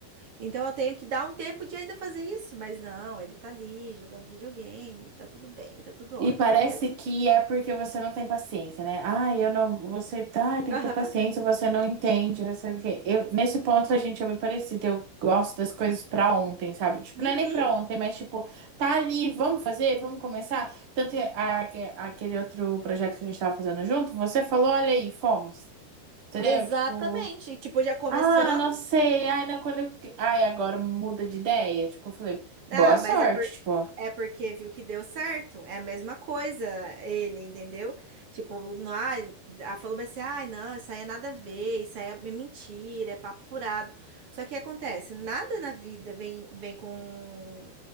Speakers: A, on the right; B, on the right.
A: Então eu tenho que dar um tempo de ainda fazer isso, mas não, ele tá ali jogando videogame, tá tudo bem, tá tudo
B: E
A: ótimo,
B: parece
A: né?
B: que é porque você não tem paciência, né? Ah, eu não. Você tá, tem
A: Aham.
B: que ter paciência, você não entende, você. não sei o quê. Eu, nesse ponto a gente é bem parecido. Eu gosto das coisas pra ontem, sabe? Tipo,
A: Uhum.
B: não é nem pra ontem, mas tipo, tá ali, vamos fazer, vamos começar. Tanto que a- aquele outro projeto que a gente tava fazendo junto, você falou, olha aí, fomos. Entendeu?
A: Exatamente.
B: Tipo,
A: Tipo, já começamos.
B: ah, não sei, ai, não, quando eu. Ai, agora muda de ideia. Tipo, eu falei,
A: Ah,
B: boa sorte,
A: mas é por,
B: tipo,
A: é porque viu que deu certo. É a mesma coisa, ele, entendeu? Tipo, não, ai, ah, falou bem assim, ai, não, isso aí é nada a ver, isso aí é mentira, é papo furado. Só que acontece, nada na vida vem, vem com.